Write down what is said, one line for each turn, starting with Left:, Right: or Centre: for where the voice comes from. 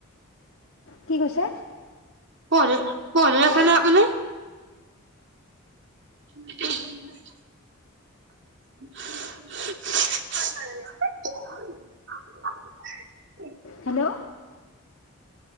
Left: কি কৈছে?
Right: পঢ়ি, পঢ়ি আছে নে আপুনি? উম্। <unintelligible>
Left: হেল্ল'?